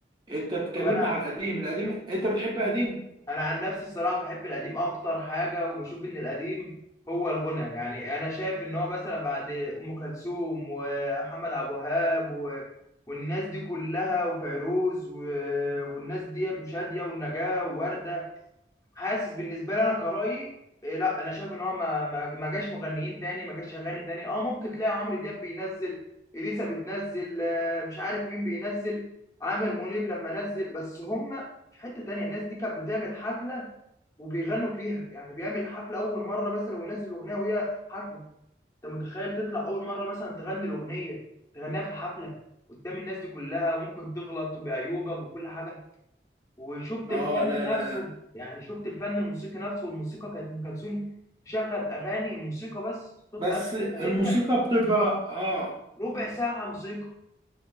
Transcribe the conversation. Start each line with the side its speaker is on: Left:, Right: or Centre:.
Right: انت بتكلمني
Left: طب انا
Right: على القديم القديم انت بتحب قديم
Left: انا عن نفسي الصراحه بحب القديم اكتر حاجه وبشوف ان القديم هو الغنى يعني انا شايف ان هو مثلا بعد ام كلثوم ومحمد عبد الوهاب و... والناس دي كلها وفيروز و... والناس ديت وشاديه والنجاه وورده حاسس بالنسبه لي انا كرأيي إيه، لا انا شايف ان هو ما ما, ما جاش مغنيين تاني ما جاش اغاني تاني اه ممكن تلاقي عمرو دياب بينزل اليسا بتنزل آه، مش عارف مين بينزل عامر منيب لما نزل بس هم في حته تانيه الناس دي كانت بتعمل حفله وبيغنوا فيها يعني بيعمل حفله اول مره مثلا وينزل اغنيه وهي في حفله انت متخيل تطلع اول مره مثلا تغني الاغنيه تغنيها في الحفله قدام الناس دي كلها ممكن تغلط بعيوبك وكل حاجه وشفت
Right: اه
Left: الفن
Right: لا لا
Left: نفسه يعني شفت الفن الموسيقي نفسه والموسيقى كانت ام كلثوم تشغل اغاني الموسيقى بس الصوت
Right: بس
Left: قبل
Right: الموسيقى
Left: ما تبدا
Right: بتبقى اه
Left: ربع ساعه موسيقى